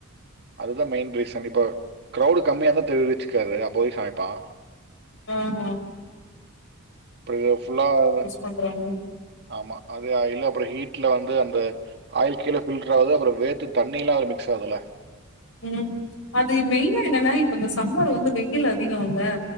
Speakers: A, on the right; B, on the left.
A: அது ல மெயின் ரீசன் இப்ப க்ரௌவுடு கம்மியா தா தேரிடுச் தெர்ல அப்போய் சமைப்பா
B: ஆ ஆ
A: இப்டிய ஃபுல்லாவ
B: பண்றாங்க
A: ஆமா அதே ஆயிலு அப்றோ ஹீட்ல வந்து அந்த ஆயில் கீழே ஃபில்டர் ஆகுது அப்றோ வேட்டு தண்ணியல்லா அதுல மிக்ஸ் ஆகுதுல
B: ம் அது மெயினா என்னன்னா இப்ப இந்த சம்மர் வந்து வெய்யில் அதிகோ இல்ல